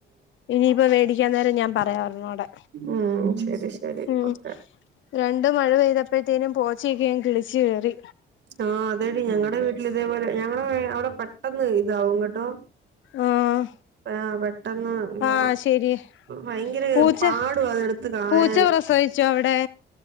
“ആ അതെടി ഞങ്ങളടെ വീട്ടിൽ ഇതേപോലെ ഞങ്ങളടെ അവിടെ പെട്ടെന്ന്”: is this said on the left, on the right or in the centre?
Right